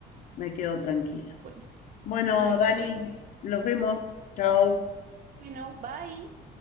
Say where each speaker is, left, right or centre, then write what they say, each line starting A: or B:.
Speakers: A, on the left; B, on the right.
A: me quedo tranquila.
B: Bueno,
A: Bueno,
B: ay,
A: Dani,
B: bueno.
A: los vemos. Chao.
B: Bueno, bye.